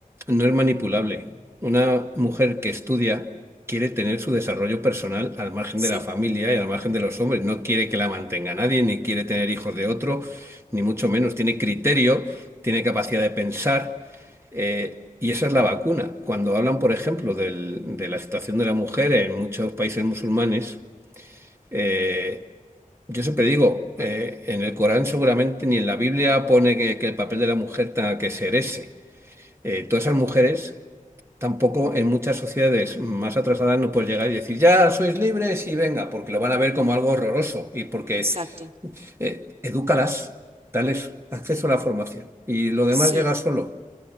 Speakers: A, on the right; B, on the right.
A: no es manipulable. Una mujer que estudia quiere tener su desarrollo personal al margen
B: Sí,
A: de la familia y al margen de los hombres. No quiere que la mantenga nadie, ni quiere tener hijos de otro, ni mucho menos. Tiene criterio, tiene capacidad de pensar. eh, y esa es la vacuna. Cuando hablan, por ejemplo, del- de la situación de la mujer en muchos países musulmanes, eh, yo siempre digo, eh, en el Corán seguramente ni en la Biblia pone que, que el papel de la mujer tenga que ser ese. Eh, todas esas mujeres, tampoco en muchas sociedades más atrasadas no puedes llegar y decir, ya sois libres y venga, porque lo van a ver como algo horroroso y porque
B: exacto.
A: eh, edúcalas, dales acceso a la formación y lo demás
B: Sí.
A: llega solo.